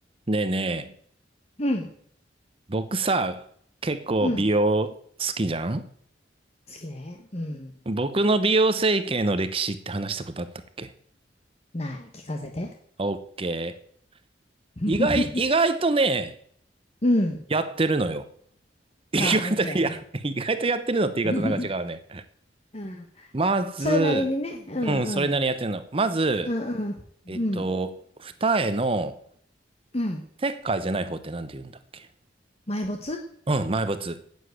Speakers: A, on the right (about 30°); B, on the left (about 35°).
A: ねえねえ、
B: うん、
A: 僕さ、結構美容好きじゃん
B: うん。好きね。うん。
A: 僕の美容整形の歴史って話したことあったっけ
B: ない。聞かせて。
A: オッケ
B: <laughs>
A: ー。意外、意外とね、
B: うん。
A: やってるのよ。<laughs> 意外と、
B: あ、オッケ
A: いや、意外とやってるのって言い方なんか違うね。
B: ー。<laughs> うん。
A: まず、
B: それなりにね。うんうん。
A: うん、それなりにやってるの。まず、
B: うんうん。
A: えっと、
B: うん。
A: 二重の
B: うん。
A: 切開じゃない方ってなんて言うんだっけ
B: 埋没
A: うん、埋没。